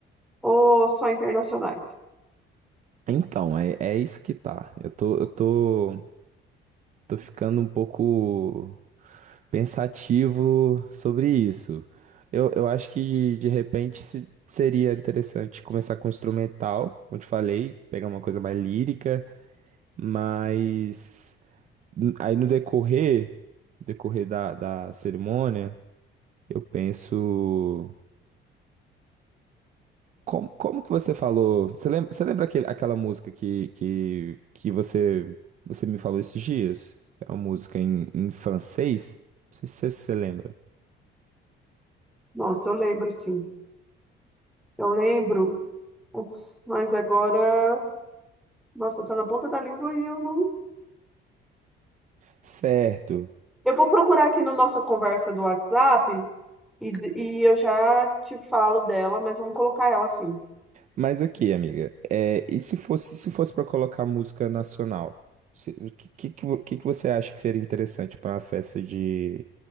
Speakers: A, in the centre; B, on the right.
A: ou só internacionais?
B: Então, é, é isso que tá. Eu tô, eu tô. Tô ficando um pouco pensativo sobre isso. Eu, eu acho que de repente se- seria interessante começar com instrumental, como eu te falei, pegar uma coisa mais lírica, mas n- aí no decorrer, decorrer da, da cerimônia, eu penso. Como, como que você falou? Você lembra, você lembra aquele, aquela música que, que, que você, você me falou esses dias? É uma música em, em francês? Não sei se você lembra.
A: Nossa, eu lembro, sim. Eu lembro, mas agora, nossa, tá na ponta da língua e eu não.
B: Certo.
A: Eu vou procurar aqui na nossa conversa do WhatsApp e, d- e eu já te falo dela, mas vamos colocar ela assim.
B: Mas aqui, amiga, é, e se fosse, se fosse para colocar música nacional? Se- O que, que, que vo- que que você acha que seria interessante para uma festa de,